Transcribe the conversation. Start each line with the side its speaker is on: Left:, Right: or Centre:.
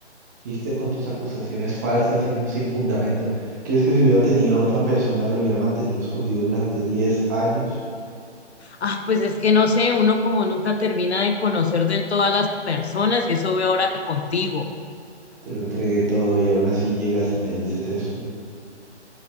Right: Viste con tus acusaciones falsas y sin fundamento. ¿Crees que si hubiera tenido otra persona lo hubiera mantenido escondido durante 10 años?
Left: Ah, pues es que no sé, uno como nunca termina de conocer de todas las personas y eso veo ahora contigo.
Right: Te lo entregué todo y aún así llegas y me dices esto.